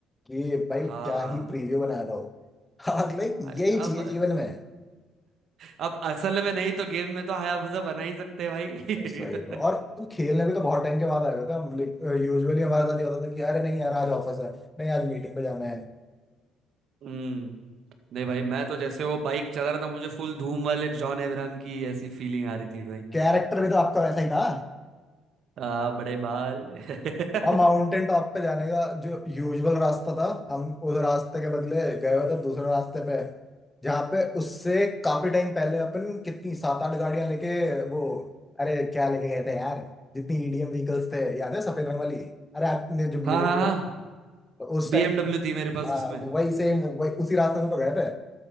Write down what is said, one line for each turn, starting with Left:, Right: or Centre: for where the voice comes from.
Left: कि भाई
Right: हाँ
Left: क्या ही प्रीव्यू बनाया था वो हाँ लाइक
Right: भाई
Left: यही चाहिए
Right: अब
Left: जीवन में
Right: अब असल में नहीं तो गेम में तो हायाबुसा बना ही सकते हैं भाई
Left: सही में। और
Right: <laughs>
Left: खेलने भी तो बहुत टाइम के बाद आया था यूजुअली हमारे साथ ये होता था कि अरे नहीं यार आज ऑफिस है नहीं आज मीटिंग पे जाना है
Right: हम्म नहीं भाई मैं तो जैसे वो बाइक चला रहा था मुझे फुल धूम वाले जॉन अब्राहम की ऐसी फीलिंग आ रही थी भाई
Left: कैरेक्टर भी तो आपका वैसा ही था
Right: आ, बड़े बाल <laughs>
Left: अब माउंटेन टॉप पे जाने का जो यूजुअल रास्ता था हम उस रास्ते के बदले गए हुए थे दूसरे रास्ते पे जहाँ पे उससे काफी टाइम पहले अपन कितनी सात आठ गाड़ियां लेके वो अरे क्या लेके गए थे यार जितनी ईडीएम व्हीकल्स थे याद है सफेद रंग वाली अरे आपने जो बीएमडब्ल्यू
Right: हाँ हाँ हाँ
Left: उस
Right: बीएमडब्ल्यू
Left: टाइम
Right: थी मेरे पास
Left: हाँ
Right: उसमें
Left: वही सेम वही उसी रास्ते से तो गए थे